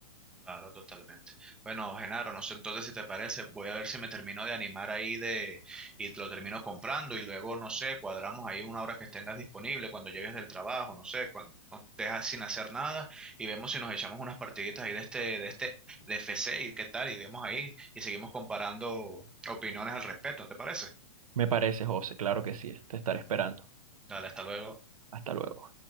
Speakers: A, in the centre; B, on the right.
A: Claro, totalmente. Bueno, Genaro, no sé entonces si te parece, voy a ver si me termino de animar ahí de y lo termino comprando y luego, no sé, cuadramos ahí una hora que tengas disponible cuando llegues del trabajo, no sé, cuando estés sin hacer nada y vemos si nos echamos unas partiditas ahí de este, de este, de FC y qué tal, y vemos ahí y seguimos comparando opiniones al respecto, ¿te parece?
B: Me parece, José, claro que sí, te estaré esperando.
A: Dale, hasta luego.
B: Hasta luego.